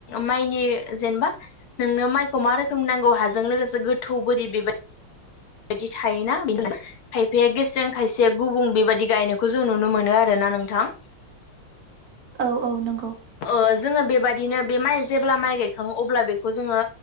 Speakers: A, on the left; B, on the right.
A: माइनि जेनेबा, नोंनो माइखौ मा रोखोमनि नांगौ हाजों लोगोसे गोथौ बोरि बेबाय बिदि थायोना बेदिनो खायफाया गेसें खायसेया गुबुं बेबायदि गायनायखौ जों नुनो मोनो आरो ना नोंथां।
B: औ औ नोंगौ।
A: ओ जोङो बेबादिनो बे माइ जेब्ला माइ गायखाङो अब्ला बेखौ जोङो